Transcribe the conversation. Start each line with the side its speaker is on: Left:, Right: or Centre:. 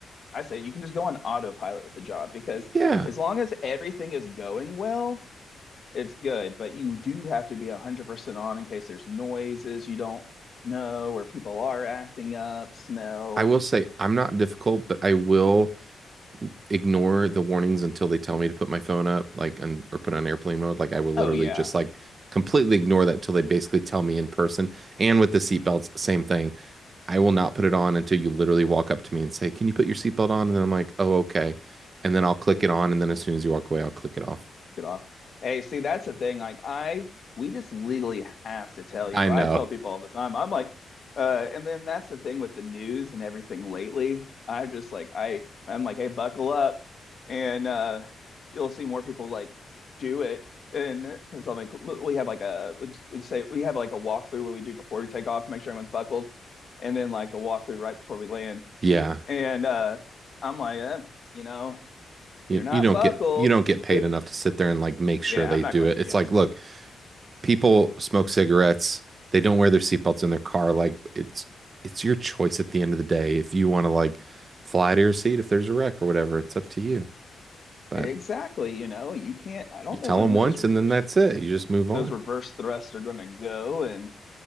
Left: I say, you can just go on autopilot with the job because
Right: Yeah.
Left: as long as everything is going well, it's good, but you do have to be 100% on in case there's noises you don't know or people are acting up, smells.
Right: I will say I'm not difficult, but I will ignore the warnings until they tell me to put my phone up, like, and, or put it on airplane mode. Like, I will literally
Left: Oh, yeah.
Right: just like completely ignore that till they basically tell me in person. And with the seatbelts, same thing. I will not put it on until you literally walk up to me and say, Can you put your seatbelt on? And then I'm like, Oh, okay. And then I'll click it on. And then as soon as you walk away, I'll click it off.
Left: get off. Hey, see, that's the thing. Like, I, we just legally have to tell you.
Right: I know.
Left: I tell people all the time. I'm like, uh, and then that's the thing with the news and everything lately. I just like, I, I'm like, hey, buckle up, and uh, you'll see more people like do it. And because I'm like, we have like a, we say we have like a walkthrough what we do before we take off to make sure everyone's buckled, and then like a walkthrough right before we land.
Right: Yeah.
Left: And uh, I'm like, eh, you know, if
Right: You,
Left: you're not
Right: you don't
Left: buckled,
Right: get you don't get paid
Left: eh,
Right: enough to sit there and like make sure
Left: yeah,
Right: they
Left: I'm not
Right: do
Left: going
Right: it.
Left: to.
Right: It's
Left: Yeah,
Right: like, look, people smoke cigarettes, they don't wear their seatbelts in their car. Like it's it's your choice at the end of the day if you want to like fly to your seat if there's a wreck or whatever. It's up to you. But
Left: Exactly, you know, you can't I don't
Right: you tell
Left: know when
Right: them once
Left: those reverse
Right: and then that's it. You just move on.
Left: those reverse thrusts are going to go and